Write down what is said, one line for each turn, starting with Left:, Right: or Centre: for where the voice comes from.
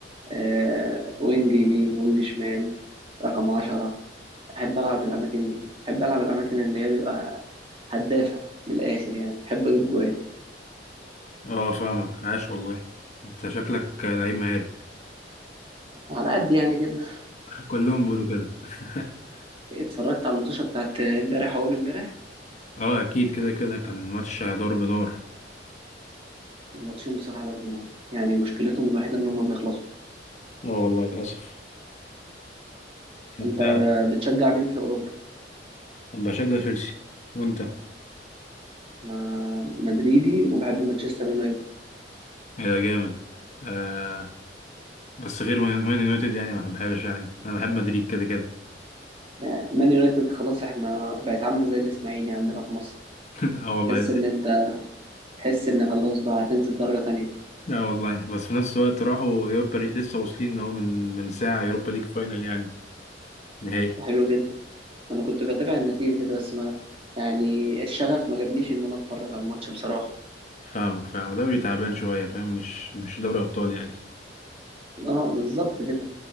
Right: آه وينج يمين وينج شمال رقم عشرة أحب ألعب الأماكن دي أحب ألعب الأماكن اللي هي بيبقى هدافة من الآخر يعني بحب أجيب جوان
Left: اه فاهمك عاش والله انت شكلك لعيب مهاري
Right: على قد يعني كده
Left: <laughs> كلهم بيقولوا كده <laughs>
Right: اتفرجت على الماتشة بتاعت امبارح وأول امبارح
Left: اه اكيد كده كده كان ماتش ضرب نار
Right: الماتشين بصراحة ضرب نار يعني مشكلتهم الوحيدة إن هما بيخلصوا
Left: اه والله للأسف انت
Right: أنت بتشجع مين في أوروبا؟
Left: أنا بشجع تشيلسي وأنت
Right: أنا مدريدي وبحب مانشستر يونايتد
Left: إيه ده جامد آه بس غير مان مان يونايتد يعني ما بحبهاش يعني انا بحب مدريد كده كده
Right: يعني مان يونايتد خلاص احنا بقت عاملة زي الإسماعيلي عندنا في مصر
Left: <laughs> اه والله
Right: تحس ان انت تحس ان خلاص بقى هتنزل درجة تانية
Left: اه والله بس في نفس الوقت راحوا يوروبا ليج لسه واصلين اهو من من ساعة يوروبا ليج فاينل يعني نهائي
Right: ده حلو جدا انا كنت بتابع النتيجة كده بس ما يعني الشغف ما جابنيش ان انا اتفرج على الماتش بصراحة
Left: فاهمك فاهم دوري تعبان شوية فاهم مش مش دوري ابطال يعني
Right: اه بالظبط كده